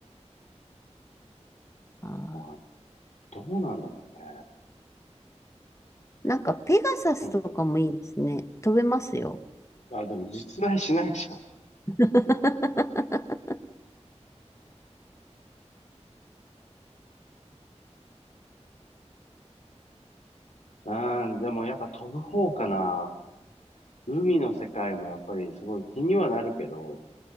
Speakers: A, on the left; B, on the left.
A: あ
B: あ、どうなんだろうね。
A: ーなんか、ペガサスとかもいいですね。
B: うん。
A: 飛べますよ。
B: あ、でも実在しないじゃん。
A: <laughs>
B: あーでもやっぱ飛ぶ方かな。海の世界もやっぱりすごい気にはなるけど、